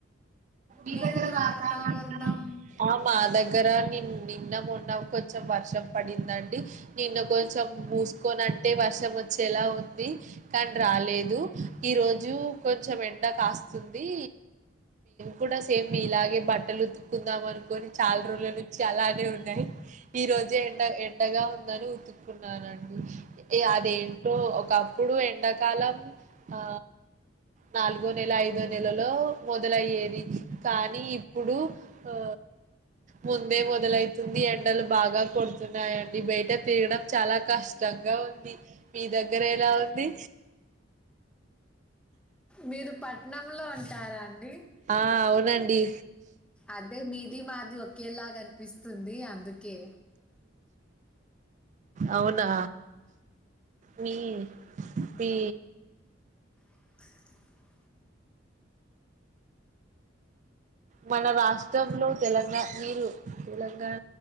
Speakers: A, on the right; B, in the centre.
A: అవున
B: మీ దగ్గర వాతావరణం
A: మా దగ్గర నిన్న నిన్న మొన్న కొంచెం వర్షం పడిందండి. నిన్న కొంచెం మూసుకొని అంటే వర్షం వచ్చేలా ఉంది కానీ రాలేదు. ఈ రోజు కొంచెం ఎండ కాస్తుంది. కూడా సేమ్ ఇలాగే బట్టలు ఉతుక్కుందాం అనుకొని చాలా రోజుల నుంచి అలానే ఉన్నాయి. ఈ రోజే ఎండ ఎండగా ఉందని ఉతుక్కున్నానండి. అదేంటో ఒకప్పుడు ఎండాకాలం ఆ నాలుగో నెల ఐదో నెలలో మొదల లయ్యేది. కానీ ఇప్పుడు ఆ ముందే మొదలైతుంది. ఎండలు బాగా కొడుతున్నాయండి. బయట తిరాగాడం చాలా కష్టంగా ఉంది. మీ దగ్గర ఎలా ఉంది.
B: మీరు పట్నంలో ఉంటారా అండి.
A: ఆ అవునండి
B: అదే మీది మాది ఒకేలాగ అనిపిస్తుంది. అందుకే
A: అవునా మీ మీ
B: అ
A: మన రాష్ట్రంలో తెలంగాణ మీరు తెలంగాణ